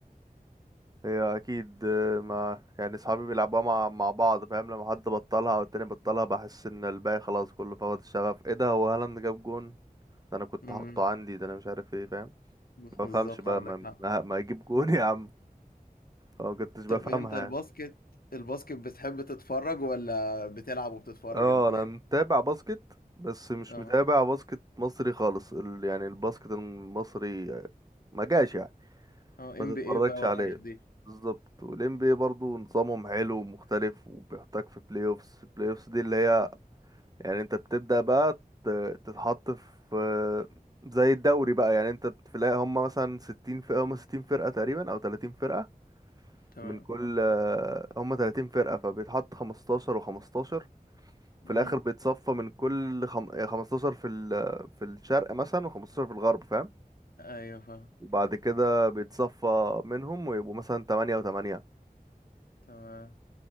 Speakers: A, on the right; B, on the left.
A: هي اكيد آه، ما يعني صحابي بيلعبوها مع مع بعض فاهم لما حد بطلها او التاني بطلها بحس ان الباقي خلاص كله فقد الشغف ايه ده هو هالاند جاب جون ده انا كنت
B: امم
A: حاطه عندي ده انا مش عارف ايه فاهم
B: بالظبط
A: ما بفهمش بقى
B: عندك
A: ما,
B: حق
A: ما ما يجيب جون <laughs> يا عم أنا ما كنتش بفهمها
B: طب انت الباسكت
A: يعني
B: الباسكت بتحب تتفرج ولا بتلعب وبتتفرج
A: اه
B: الاتنين
A: انا متابع باسكت بس مش
B: اه
A: متابع باسكت مصري خالص ال... يعني الباسكت المصري آه، ما جاش يعني
B: اه
A: ما
B: ام
A: تتفرجش
B: بي اي بقى والحاجات
A: عليه
B: دي
A: بالظبط والان بي برضه نظامهم حلو ومختلف وبيحطك في بلاي اوفس البلاي اوفس دي اللي هي يعني انت بتبدأ بقى ت- تتحط في زي الدوري بقى يعني انت بتلاقي هم مثلا ستين فرقة هم ستين فرقة تقريبا او تلاتين فرقة
B: تمام
A: من كل هم تلاتين فرقة فبيتحط خمستاشر وخمستاشر
B: امم
A: في الآخر بيتصفى من كل خم... خمستاشر في ال... في الشرق مثلا وخمستاشر في الغرب فاهم
B: ايوه فاهم
A: وبعد كده بيتصفى منهم ويبقوا مثلا تمانية وتمانية
B: تمام